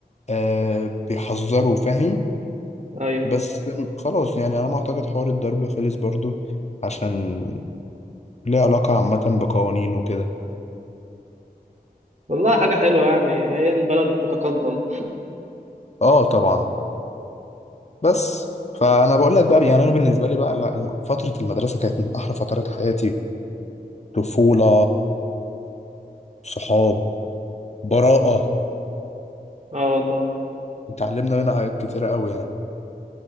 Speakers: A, on the left; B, on the right.
A: آه بيحذروا فاهم
B: ايوه
A: بس خلاص يعني انا ما اعتقد حوار الضرب خلص برضو عشان ليه علاقة عامة بقوانين وكده
B: والله حاجه حلوه يعني هي البلد بتتقدم
A: اه طبعا بس فانا بقول لك بقى يعني انا بالنسبة لي بقى لا، الم- فترة المدرسة كانت من احلى فترات حياتي طفولة صحاب براءة
B: اه والله
A: اتعلمنا منها حاجات كتيرة قوي يعني